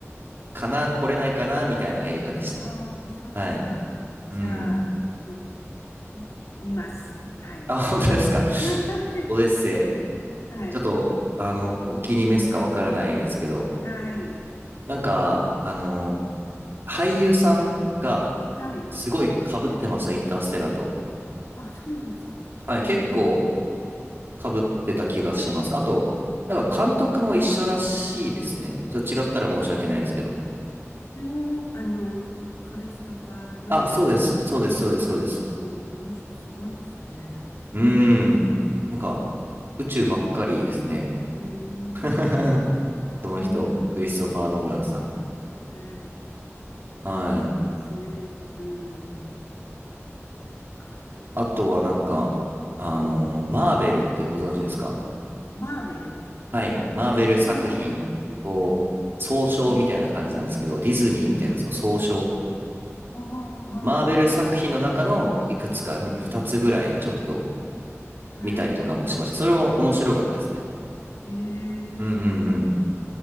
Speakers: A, on the right; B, on the left.
A: かな、来れないかな、みたいな映画でしたね。
B: ああ、そうですか。
A: はい。うん。
B: じゃあ、うん、見ます。はい。
A: あ、本当ですか。
B: <laughs>
A: オデッセイ。
B: はい。
A: ちょっと、あの、お気に召すかわからないですけど、
B: 面白そう。はい。
A: なんか、あの、俳優さんが、
B: はい。
A: すごい被ってました、インターステラーと。
B: あ、そうなんですか。
A: はい、結構、
B: うん
A: かぶってた気がします。あと、なんか監督も一緒らしいですね。ちょっと違ったら申し訳ないですけど。
B: ええあの、クリストファー・ノーランさんっていう人、
A: あ、そうです。そうです。そうです。そうです。
B: うん、この人すごいですね。うん、
A: うー
B: う
A: ん。なんか、宇宙ばっかりですね。
B: ーん、
A: <laughs> その人、
B: うーん、
A: クリストファー・ノーランさん。
B: ええ
A: はい。
B: いいですね。うん、そっか。
A: あとはなんか、あの、
B: うん、
A: マーベルってご存知ですか
B: マーベル。
A: はい。マーベル作品、
B: まあ、聞いたこと。
A: こう、総称みたいな感じなんですけど、
B: ええ
A: ディズニーみたいな、
B: ええ
A: そう、総称。
B: ああ、マーベル。
A: マーベル作品の中のいくつか、2つぐらい、ちょっと、
B: はい。
A: 見たりとかもしました。それも面白かったですね。
B: ええ聞い
A: うんうんうん。